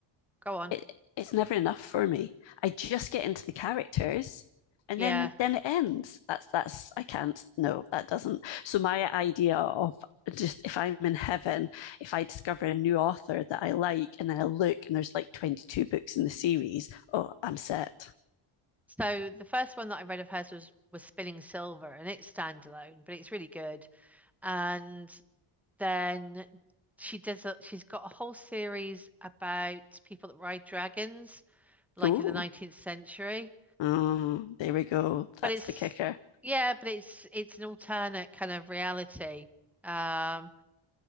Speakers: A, in the centre; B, on the left.
A: go on.
B: it, it's never enough for me. I just get into the characters and
A: Yeah.
B: then then it ends. That's that's I can't. No, that doesn't. So my idea of just if I'm in heaven, if I discover a new author that I like, and then I look and there's like 22 books in the series, oh, I'm set.
A: So the first one that I read of hers was was Spinning Silver and it's standalone, but it's really good. And then she does a, she's got a whole series about people that ride dragons, like
B: Oh,
A: in the 19th century.
B: oh, there we go.
A: But
B: That's
A: it's
B: the kicker.
A: yeah, but it's it's an alternate kind of reality. Um,